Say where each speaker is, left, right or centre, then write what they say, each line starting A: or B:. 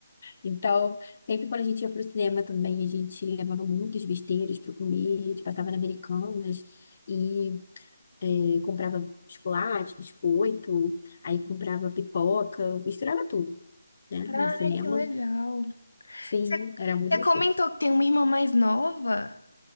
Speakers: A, on the left; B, on the left.
A: Então, sempre quando a gente ia pro cinema também, a gente levava muitas besteiras para comer, a gente passava na Americanas e eh, comprava chocolate, biscoito, aí comprava pipoca, misturava tudo, né?
B: Ai,
A: No cinema.
B: que legal.
A: Sim,
B: Você
A: era muito
B: você
A: gostoso.
B: comentou que tem uma irmã mais nova?